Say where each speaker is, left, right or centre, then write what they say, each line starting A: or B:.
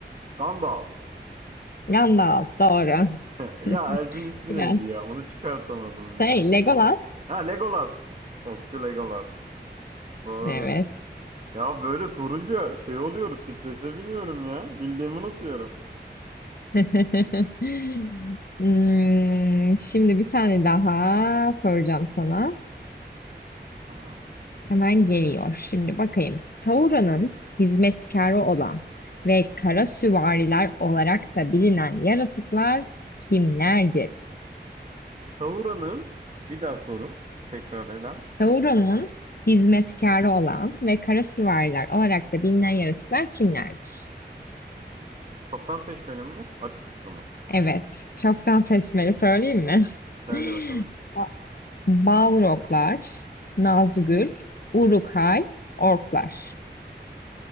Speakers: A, on the right (about 35°); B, on the left (about 55°).
A: Gandalf.
B: Gandalf doğru.
A: <laughs> Ya
B: <laughs>
A: elfin ismi
B: Biraz
A: neydi ya? Onu çıkartamadım
B: şey,
A: ya.
B: Legolas.
A: Ha Legolas. Okçu Legolas. Doğru.
B: Evet.
A: Ya böyle sorunca şey oluyorum, strese biniyorum ya. Bildiğimi unutuyorum.
B: <laughs> Hmm, şimdi bir tane daha soracağım sana.
A: Tamam.
B: Hemen geliyor. Şimdi bakayım. Sauron'un hizmetkarı olan ve kara süvariler olarak da bilinen yaratıklar kimlerdir?
A: Sauron'un bir daha soru. Tekrar eden.
B: Sauron'un hizmetkarı olan ve kara süvariler olarak da bilinen yaratıklar kimlerdir?
A: Çoktan seçmeli mi bu? Açık uçlu mu?
B: Evet. Çoktan seçmeli söyleyeyim mi?
A: Söyle bakalım.
B: <laughs> O Balroglar, Nazgül, Urukay, Orklar.